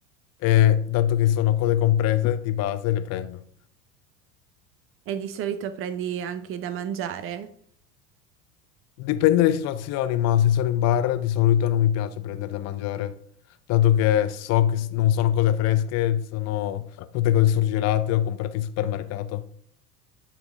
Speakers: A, on the left; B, on the right.
A: e dato che sono cose comprese di base le prendo.
B: E di solito prendi anche da mangiare?
A: Dipende dalle situazioni, ma se sono in bar di solito non mi piace prendere da mangiare, dato che so che s- non sono cose fresche, sono tutte cose surgelate o comprate in supermercato.